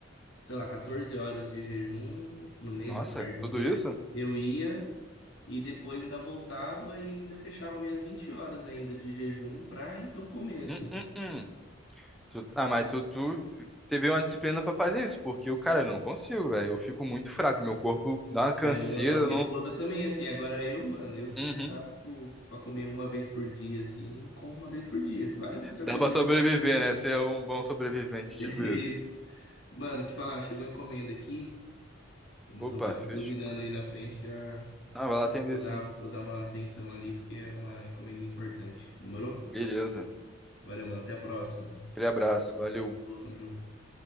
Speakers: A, on the left; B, in the centre.
A: sei lá, 14 horas de jejum no meio
B: Nossa,
A: da tarde,
B: tudo
A: assim.
B: isso?
A: Eu ia e depois ainda voltava e ainda fechava minhas 20 horas ainda de jejum pra então comer, assim.
B: Hum, hum, hum. Tu- ah, mas tu, tu teve uma disciplina pra fazer isso, porque eu, cara, eu não consigo, velho. Eu fico muito fraco, meu corpo dá uma canseira,
A: É, o meu não. Minha
B: eu não.
A: esposa também, assim. Agora eu, mano, eu se
B: Uhum.
A: deixar, tipo, pra comer uma vez por dia, assim, eu como uma vez por dia. Várias vezes eu
B: Dá
A: já fiz
B: pra
A: jejum.
B: sobreviver,
A: <laughs>
B: né? Você é um bom sobrevivente,
A: É
B: tipo isso.
A: isso. Mano, te falar, chegou a encomenda aqui. O motoboy
B: Opa,
A: tá
B: fechou.
A: buzinando aí na frente. Já
B: Ah, vai lá atender
A: vou dar,
B: sim.
A: vou dar uma atenção ali, porque é uma encomenda importante. Demorou?
B: Beleza.
A: Valeu, mano. Até a próxima.
B: Aquele abraço, valeu.
A: Falou, tamo junto.